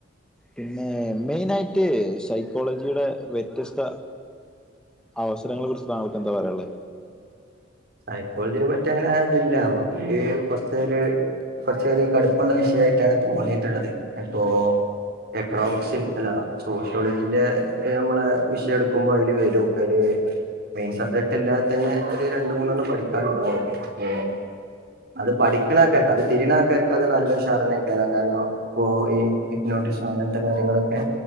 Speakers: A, in the centre; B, on the right (about 55°).
A: പിന്നെ മെയിനായിട്ട് സൈക്കോളജിയുടെ വ്യത്യസ്ത അവസ് തരങ്ങളെ കുറിച്ച് താങ്കൾക്ക് എന്താ പറയാള്ളെ
B: സൈക്കോള്ജിനെ പറ്റിങ്ങനെ ആ തില്ല നമ്മക്ക് കൊറ്ചൊര് കുറചധികം കട്പ്പള്ള വിഷയയ്ട്ടാണ് തോന്നിട്ട്ള്ളത്. അപ്പോ എക്കണോമിക്സിൻ അല്ല സോഷ്യോളജീന്റെ നമ്മളെ വിഷയം എടുക്കുമ്പോ അയില് വരും. അയില് മെയ്ൻ സബ്ജക്ട്ല്ലാതെ തന്നെ ഒരു രണ്ട് മൂന്നെണ്ണം പഠിക്കാന്ണ്ടാവും ഏഹ് അത് പഠിക്ണ ആക്കാർക്ക് അത് തിരിണ ആക്കാർക്ക് അത് നല്ലശാറെന്നെക്കാരം കാര്ണം- ഇപ്പോ ഈ ഇപ്നോട്ടിസം അങ്ങനത്തെ കാര്യങ്ങളൊക്കെ